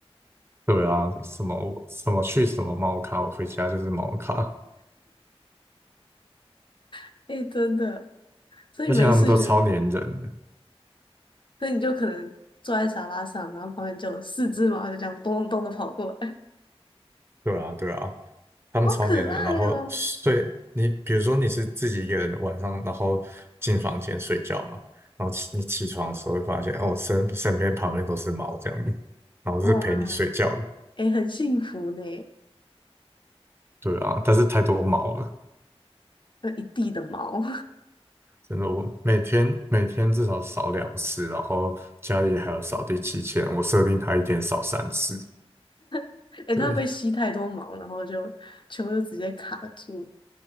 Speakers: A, on the right; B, on the left.
A: 对啊，什么什么去什么猫咖，我回家就是猫咖，
B: <laughs> 哎、真的，所以没事就。
A: 而且他们都超粘人的
B: 所以你就可能坐在沙发上，然后旁边就有四只猫就这样咚咚咚的跑过来，
A: 对啊，对啊，
B: <laughs>
A: 他们超粘人，
B: 好可爱哦！
A: 然后睡你，比如说你是自己一个人晚上，然后进房间睡觉嘛，然后起你起床的时候会发现，哦，身身边旁边都是猫这样子，然后是陪你睡觉的。
B: 哇，诶，很幸福呢，
A: 对啊，但是太多猫了。
B: 有一地的毛，
A: 真的，我每天每天至少扫两次，然后家里还有扫地机器人，我设定它一天扫三次。
B: <laughs> 诶，
A: 对，
B: 它会不会吸太多毛，然后就全部都直接卡住，